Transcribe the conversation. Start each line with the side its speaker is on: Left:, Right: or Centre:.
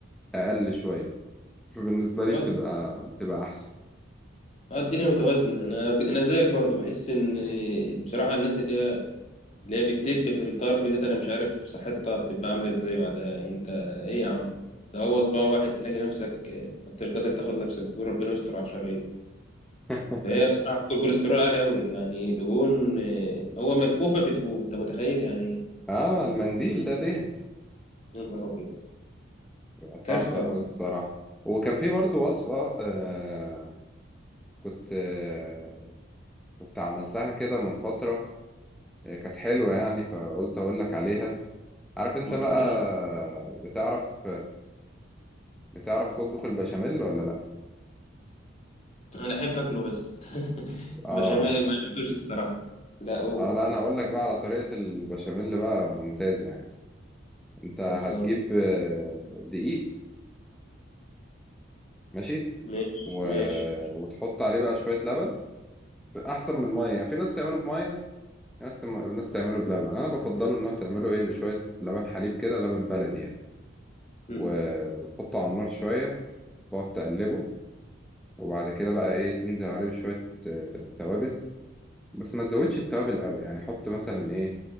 Centre: اقل شوية فبالنسبة لي
Left: اه
Centre: بتبقى بتبقى أحسن
Left: آه، الدنيا متوازنة انا انا زيك برضو بحس ان بصراحة الناس اللي هي اللي هي بتدب في الطرب ديت انا مش عارف صحتها بتبقى عامله ازاي بعدها يعني انت ايه يا عم ده هو صباع واحد تلاقي نفسك آه، ما انتش قادر تاخد نفسك بتقول ربنا يستر على الشرايين
Centre: <laughs>
Left: فهي بصراحه كل كوليسترول عالي قوي يعني دهون آه، هو ملفوفه في دهون انت متخيل يعني إيه؟
Centre: اه المنديل ده دهن
Left: يا نهار ابيض
Centre: بتبقى صعبة
Left: كارثه
Centre: أوي
Left: والله
Centre: الصراحة وكان في برضو وصفة آه كنت آه كنت عملتها كده من فترة آه كانت حلوة يعني فقلت أقول لك عليها عارف أنت
Left: ما
Centre: بقى
Left: تقول يا عم
Centre: بتعرف بتعرف تطبخ البشاميل ولا لأ؟
Left: انا احب اكله بس <laughs>
Centre: اه
Left: بشاميل ما عملتوش الصراحه لا او
Centre: اه لا انا هقول لك بقى على طريقة البشاميل بقى ممتازة يعني انت هتجيب
Left: خلصان
Centre: آه، دقيق ماشي
Left: ماشي
Centre: و...
Left: ماشي
Centre: وتحط عليه بقى شوية لبن احسن من الميه يعني. في ناس تعمله بميه في ناس تم... ناس تعمله بلبن انا بفضله ان هو تعمله ايه بشويه لبن حليب كده لبن بلدي يعني
Left: مم.
Centre: و... وتحطه على النار شويه تقعد تقلبه وبعد كده بقى ايه تنزل عليه بشويه آه، توابل بس ما تزودش التوابل قوي يعني حط مثلا ايه